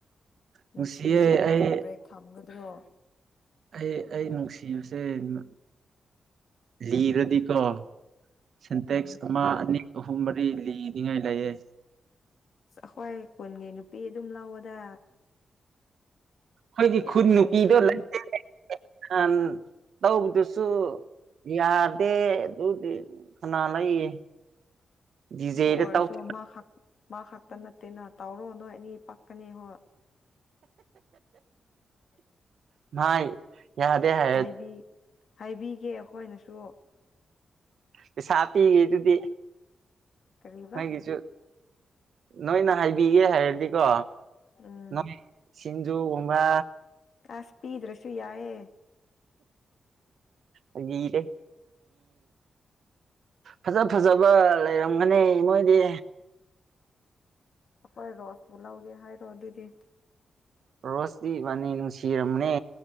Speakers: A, on the left; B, on the right.
A: ꯅꯨꯡꯁꯤꯔꯗꯤ
B: ꯅꯨꯡꯁꯤꯌꯦ
A: ꯀꯃꯥꯏꯅ
B: ꯑꯩ
A: ꯕ꯭ꯔꯦꯛ ꯊꯝꯒꯗ꯭ꯔꯣ
B: ꯑꯩ ꯑꯩ ꯅꯨꯡꯁꯤꯕꯁꯦ ꯅ ꯂꯤꯔꯗꯤꯀꯣ ꯁꯦꯟꯇꯦꯛꯁ
A: ꯑ
B: ꯑꯃ ꯑꯅꯤ ꯑꯍꯨꯝ ꯃꯔꯤ ꯂꯤꯅꯤꯉꯥꯏ ꯂꯩꯌꯦ
A: ꯑꯁ ꯑꯩꯈꯣꯏ ꯀꯨꯟꯒꯤ ꯅꯨꯄꯤ ꯑꯗꯨꯝ ꯂꯧꯑꯣꯗ
B: ꯑꯩꯈꯣꯏꯒꯤ
A: ꯌꯥꯝ
B: ꯈꯨꯟ ꯅꯨꯄꯤꯗꯣ
A: ꯂꯩꯗꯨꯗꯤ
B: ꯂꯩꯅꯦ ꯅꯍꯥꯟ ꯇꯧꯕꯗꯨꯁꯨ ꯌꯥꯗꯦ ꯑꯗꯨꯗꯤ ꯀꯅꯥ ꯂꯩꯌꯦ ꯗꯤꯖꯦꯗ
A: ꯑꯗꯨ ꯑꯣꯏꯔꯁꯨ
B: ꯇꯧꯁꯤ
A: ꯃꯥ ꯈꯛ ꯃꯥ ꯈꯛꯇ ꯅꯠꯇꯦꯅ ꯇꯥꯎꯔꯣ ꯅꯣꯏ ꯑꯅꯤ ꯄꯥꯛꯀꯅꯤ ꯍꯣꯏ <unintelligible>
B: ꯅꯥꯏ ꯌꯥꯗꯦ ꯍꯥꯏ
A: ꯍꯥꯏꯕꯤ ꯍꯥꯏꯕꯤꯒꯦ ꯑꯩꯈꯣꯏꯅꯁꯨ
B: ꯄꯩꯁꯥꯄꯤꯒꯤꯗꯨꯗꯤ
A: ꯀꯔꯤꯕ
B: ꯅꯣꯏꯒꯤꯁꯨ ꯅꯣꯏꯅ ꯍꯥꯏꯕꯤꯒꯦ ꯍꯥꯏꯔꯗꯤꯀꯣ
A: ꯎꯝ
B: ꯅ ꯁꯤꯡꯟꯖꯨ ꯒꯨꯝꯕꯥ
A: ꯑꯦꯁ ꯄꯤꯗ꯭ꯔꯁꯨ ꯌꯥꯏꯑꯌꯦ
B: ꯂꯤꯗꯦꯂꯤ ꯐꯖ ꯐꯖꯕ ꯂꯩꯔꯝꯒꯅꯤ ꯃꯣꯏꯗꯤ
A: ꯑꯩꯈꯣꯏ ꯔꯣꯁꯄꯨ ꯂꯧꯒꯦ ꯍꯥꯏꯔꯣ ꯑꯗꯨꯗꯤ
B: ꯔꯣꯁꯇꯤꯕꯥꯅꯤ ꯅꯨꯡꯁꯤꯔꯝꯕꯅꯦ